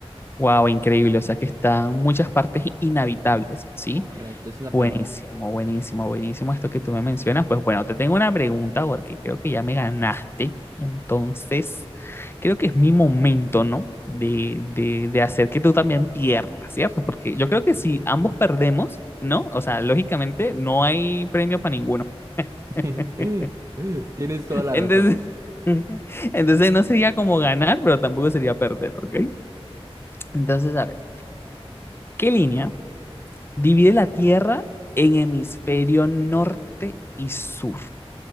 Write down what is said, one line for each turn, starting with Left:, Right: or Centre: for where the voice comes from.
Left: Wow, increíble. O sea que están muchas partes inhabitables, ¿sí?
Right: Correcto, esa es la
Left: Buenísimo,
Right: palabra.
Left: buenísimo, buenísimo esto que tú me mencionas. Pues bueno, te tengo una pregunta porque creo que ya me ganaste. Entonces, creo que es mi momento, ¿no? De, de, de hacer que tú también pierdas, ¿cierto? Porque yo creo que si ambos perdemos, ¿no? O sea, lógicamente no hay premio para ninguno.
Right: <laughs>
Left: <laughs>
Right: Tienes toda la
Left: Entonces,
Right: razón.
Left: <laughs> entonces no sería como ganar, pero tampoco sería perder, ¿ok? Entonces, a ver, ¿qué línea Divide la Tierra en hemisferio norte y sur.